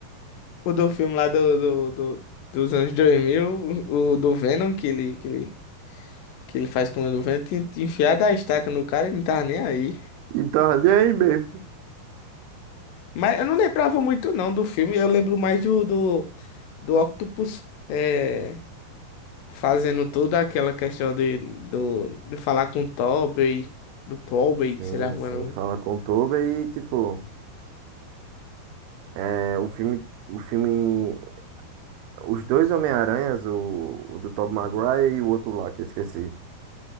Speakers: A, on the left (about 80°); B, on the right (about 85°).
A: o do filme lá do, do, do- dos anos 2000, o, o do Venom, que ele, que ele que ele faz com o governo, tinha tinha enfiado a estaca no cara e não tava nem aí.
B: E tá nem aí mesmo.
A: Mas eu não lembrava muito não do filme, eu lembro mais do, do, do Octopus é, fazendo toda aquela questão de, do, de falar com o Tobey, do Tobey,
B: Sim,
A: sei lá como
B: sim,
A: é o nome,
B: fala com o Tobey e, tipo, é, o filme, o filme Os dois Homem-Aranhas, o, o do Tobey Maguire e o outro lá, que eu esqueci.